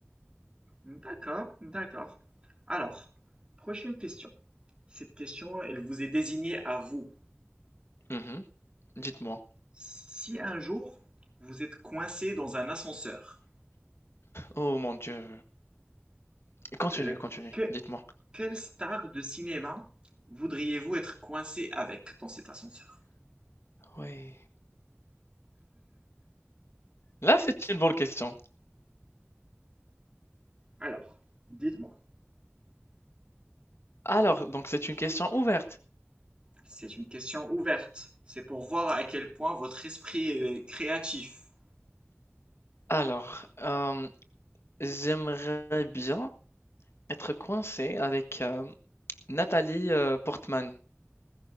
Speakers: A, on the right; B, on the left.
A: D'accord, d'accord. Alors, prochaine question. Cette question, elle vous est désignée à vous.
B: Mhm. Dites-moi.
A: Si un jour vous êtes coincé dans un ascenseur,
B: Oh mon Dieu. Continue,
A: euh,
B: continue.
A: que-
B: Dites-moi.
A: quelle star de cinéma voudriez-vous être coincé avec dans cet ascenseur?
B: Oui. Là, c'est une bonne question.
A: Alors, dites-moi,
B: Alors, donc c'est une question ouverte.
A: c'est une question ouverte. C'est pour voir à quel point votre esprit est créatif.
B: Alors, euh, j'aimerais bien être coincé avec euh, Nathalie euh, Portman.